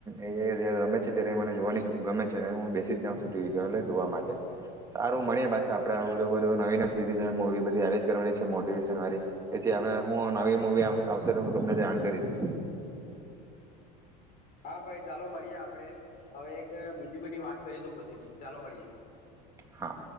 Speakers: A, on the right; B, on the left.
A: એ જ્યારે રમે છે ત્યારે એ મને જોવાની ખૂબ ગમે છે અને હું બેસી જ જાઉં છું ટીવી જોવા એટલે જોવા માટે, સારું મળીએ પાછા આપણે આવી નવી નવી સિરીઝ અને મુવી બધી આવીયા જ કરવાની છે, મોટિવેશન વાળી કે જે હવે હું નવી મુવી આવશે, તો હું તમને જાણ કરીશ.
B: હા, ભાઈ ચાલો મળીએ આપડે. હવે એક બીજી બધી વાત કરીશું પછીથી, ચાલો મળીએે.
A: હા.